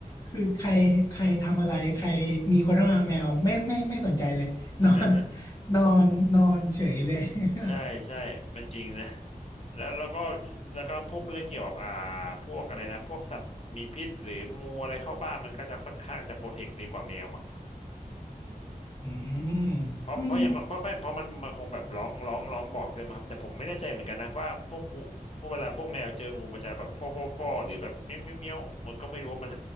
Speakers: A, on the left (about 25°); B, on the left (about 45°).
A: คือใครใครทำอะไรใครมีคนเข้ามาแมวไม่ไม่ไม่สนใจเลยนอน
B: <laughs>
A: นอนนอนเฉยเลย
B: ใช่ใช่มันจริงนะ
A: <laughs>
B: แล้วแล้วก็แล้วก็พวกเรื่องเกี่ยวกับอ่าพวกอะไรนะพวกสัตว์มีพิษหรืองูอะไรเข้าบ้านมันก็จะค่อนข้างจะโปรเทคดีกว่าแมวมั้ง
A: อืมอืม
B: เพราะเพราะอย่างเพราะไม่เพราะมันมันคงแบบร้องร้องร้องบอกเลยมั้งครับแต่ผมไม่แน่ใจเหมือนกันนะว่าพวกงูพวกเวลาพวกแมวเจองูมันจะแบบฟอฟอฟอหรือแบบเมี้ยวเมี้ยวเมี้ยวมันก็ไม่รู้ว่ามัน